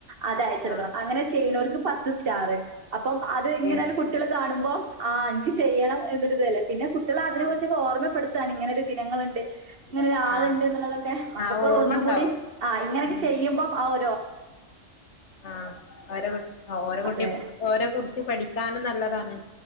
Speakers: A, on the right; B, on the left.
A: അത് അയച്ചൊടുക്കണം
B: ആഹ്
A: അങ്ങനെ ചെയ്ണോർക്ക് പത്ത് സ്റ്റാറ് അപ്പം അതിങ്ങനേലും
B: ഏഹ്
A: കു കുട്ട്യാള് കാണുമ്പോ ആഹ് ഇൻക്ക് ചെയ്യണം എന്നൊരുതല്ലേ പിന്നെ കുട്ട്യാളെ അതിനെ
B: ആഹ്
A: കുർച്ചൊക്കെ ഓർമ്മപ്പെടുത്താണ് ഇങ്ങെനൊരു ദിനങ്ങളിണ്ട് ഇങ്ങനൊരാളിണ്ട്
B: ആഹ്
A: ഇന്ന്ള്ളതൊക്കെ മക്കക്ക്
B: ആഹ് ഓർമ്മ
A: ഒന്നുകൂടി
B: ഉണ്ടാവും
A: ആഹ് ഇങ്ങനൊക്കെ
B: ഉം
A: ചെയ്യുമ്പം ആഹ്
B: ആഹ് ഓരെ കു ഓരെ കുട്ടി
A: അതെ.
B: ഓരെ കുർച്ച് പഠിക്കാനും നല്ലതാണ്